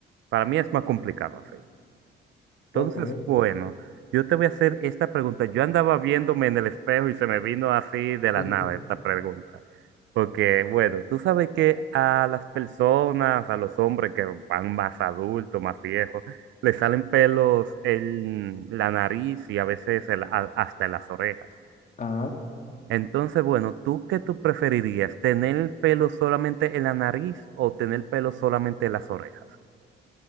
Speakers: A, on the right; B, on the left.
A: Para mí es más complicado así. Entonces,
B: Ok. <laughs>
A: bueno, yo te voy a hacer esta pregunta. Yo andaba viéndome en el espejo y se me vino así de
B: Ujú.
A: la nada esta pregunta. Porque, bueno, tú sabes que a las personas, a los hombres que van más adultos, más viejos, les salen pelos en la nariz y a veces en la- hasta en las orejas.
B: Ajá.
A: Entonces, bueno, ¿tú qué tú preferirías? ¿Tener pelo solamente en la nariz o tener pelo solamente en las orejas?